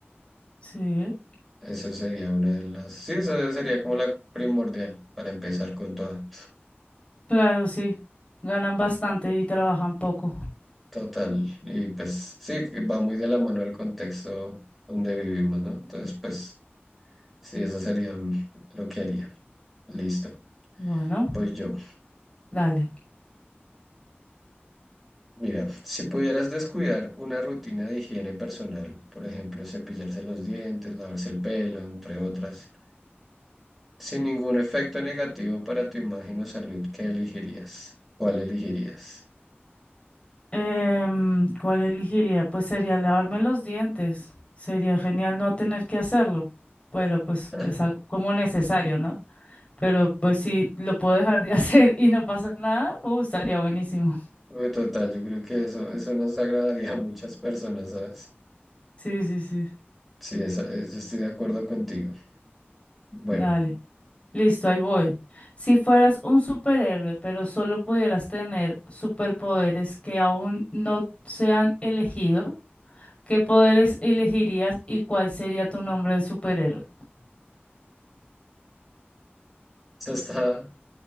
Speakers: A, on the left; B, in the centre.
A: sí,
B: Eso sería una de las... Sí, esa sería como la primordial para empezar con toda.
A: claro, sí. Ganan bastante y trabajan poco.
B: Total, y pues sí, que va muy de la mano el contexto donde vivimos, ¿no? Entonces, pues sí, eso sería mm, lo que haría. Listo,
A: Bueno,
B: voy yo.
A: dale.
B: Mira, si pudieras descuidar una rutina de higiene personal, por ejemplo, cepillarse los dientes, lavarse el pelo, entre otras, sin ningún efecto negativo para tu imagen o salud, ¿qué elegirías? ¿Cuál elegirías?
A: Em, ¿cuál elegiría? Pues sería lavarme los dientes. Sería genial no tener que hacerlo, pero pues
B: <laughs>
A: es algo como necesario, ¿no? Pero pues si lo puedo dejar de <laughs> hacer y no pasa nada, uh, estaría buenísimo.
B: Uy, total, yo creo que eso, eso nos agradaría a muchas personas, ¿sabes?
A: Sí, sí, sí.
B: Sí, esa- eh, yo estoy de acuerdo contigo. Bueno,
A: Dale. Listo, ahí voy. Si fueras un superhéroe, pero solo pudieras tener superpoderes que aún no se han elegido, ¿qué poderes elegirías y cuál sería tu nombre de superhéroe?
B: eso está